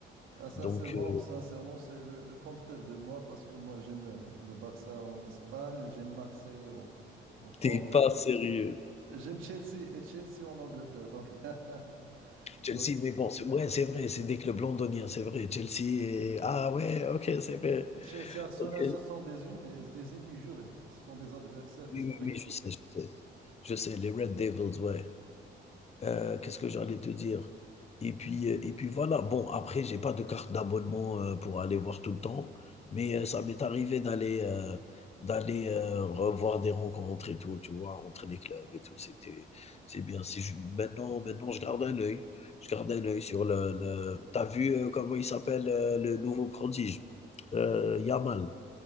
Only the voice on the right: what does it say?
Ah, sincèrement,
sincèrement, c'est le, le contraire de moi parce que moi j'aime euh, le Barça en Espagne, et j'aime Marseille en, en France,
et j'aime Chelsea et Chelsea en Angleterre. Donc, <laughs>
donc
Chelsea, Arsenal,
ce sont des unes, mais des ennemis jurés. Ce sont des adversaires historiques.